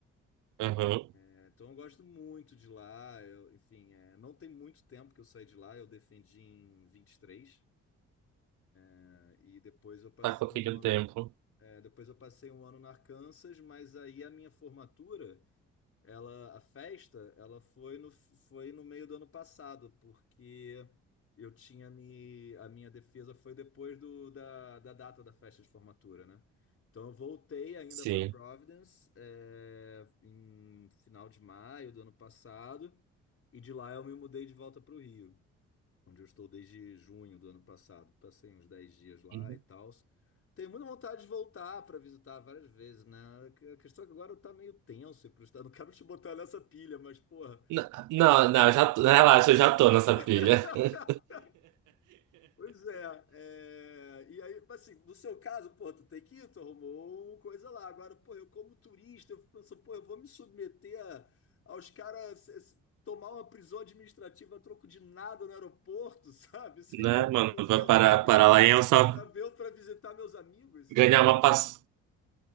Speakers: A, on the right; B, on the left.
A: Uhum.
B: É, Então eu gosto muito de lá. eu- enfim, é, não tem muito tempo que eu saí de lá, eu defendi em 23, né? E depois eu passei
A: Tá com aquele
B: um ano.
A: tempo.
B: É, depois eu passei um ano no Arkansas, mas aí a minha formatura, ela, a festa, ela foi no, foi no meio do ano passado, porque eu tinha me, a minha defesa foi depois do, da, da data da festa de formatura, né? Então eu voltei ainda
A: Sim.
B: para Providence, é, em final de maio do ano passado, e de lá eu me mudei de volta para o Rio onde eu estou desde junho do ano passado. Passei uns 10 dias lá
A: Uhum.
B: e tal. Tenho muita vontade de voltar para visitar várias vezes, né? A questão é que agora eu tá meio tenso e pro estado. Não quero te botar nessa pilha, mas porra.
A: N- Não, não, eu já tô, relaxa, eu já tô nessa pilha.
B: <laughs>
A: <laughs>
B: Pois é, é, e aí, mas assim, no seu caso, pô, tu tem que ir, tu arrumou uma coisa lá. Agora, pô, eu como turista, eu penso, pô, eu vou me submeter a- aos caras eh, s- tomar uma prisão administrativa a troco de nada no aeroporto, <laughs> sabe? Sem
A: Né,
B: um devido
A: mano?
B: processo
A: Vai parar,
B: legal,
A: parar lá em El Salvador.
B: para ver, para visitar meus amigos, sabe?
A: Ganhar uma, pass...